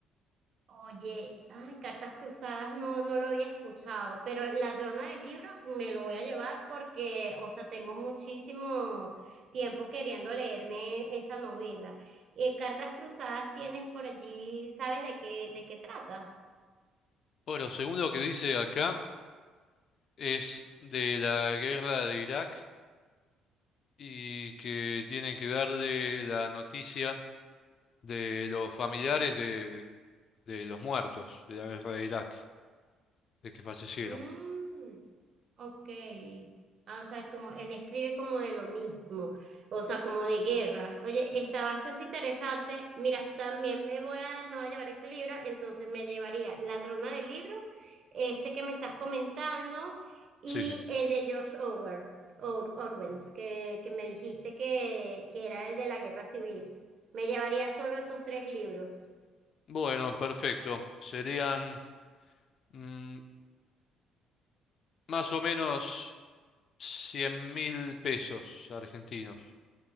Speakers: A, on the right; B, on the left.
A: Oye, ay, Cartas Cruzadas no, no lo había escuchado, pero Ladrona de Libros me lo voy a llevar porque, o sea, tengo muchísimo tiempo queriendo leerme esa novela. Eh, Cartas Cruzadas tienes por allí, ¿sabes de qué, de qué trata?
B: Bueno, según lo que dice acá, es de la guerra de Irak y que tienen que darle la noticia de los familiares de, de- de los muertos de la guerra de Irak, de que fallecieron.
A: Mm. Ok. Ah, o sea, como él escribe como de lo mismo, o sea, como de guerras. Oye, está bastante interesante. Mira, también me voy a, me voy a llevar ese libro, entonces me llevaría Ladrona de Libros, este que me estás comentando, y
B: Sí, sí.
A: el de George Orwell, Or- Orwell, que, que me dijiste que, que era el de la Guerra Civil. Me llevaría solo esos tres libros.
B: Bueno, perfecto. Serían mm, más o menos cien mil pesos argentinos.